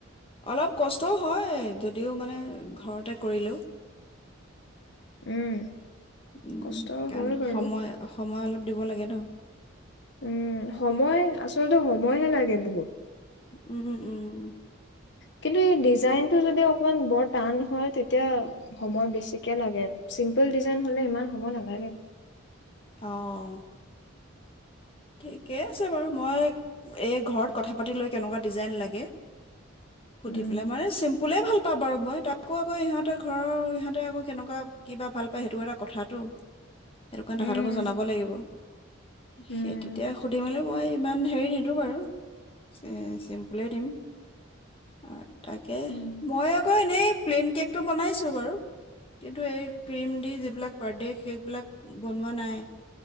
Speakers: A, on the left; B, on the left.
A: অলপ কষ্টও হয় যদিও মানে ঘৰতে কৰিলেও
B: উম
A: উম
B: কষ্ট
A: কাৰণ
B: হয় বাৰু
A: সময় সময় অলপ দিব লাগে ন
B: উম সময় আচলতে সময়হে লাগে বহুত
A: উম উম
B: কিন্তু এই ডিজাইনটো যদি অকমান বৰ টান হয় তেতিয়া সময় বেছিকে লাগে চিম্পুল ডিজাইন হ'লে ইমান সময় নালাগে
A: অঁ অঁ ঠিকে আছে বাৰু মই এই ঘৰত কথা পাতি লৈ কেনেকুৱা ডিজাইন লাগে সুধি
B: উম
A: পেলাই মানে চিম্পুল ভাঁল প পা বাৰু মই তাকো আকৌ ইহঁতে ঘৰৰ ইহঁতে আকৌ কেনেকুৱা কিবা ভাল পায় সেইটো এটা কথাাতটো সেইটো কাৰণে
B: উম
A: তাহাঁতকো জনাব লাগিব
B: উম
A: স তেতিয়া সুধিমেলো মই ইমান হেৰি নিদিওঁ বাৰু চি চিম্পুলেই দিম আ তাকে
B: উম
A: মই আক এনেই প্লেইন কেকটো বনাইছোঁ বাৰু কিন্তু এই ক্ৰীম দি যিবিলাক বাৰ্থডে সেইকবিলাক বনোৱা নাই।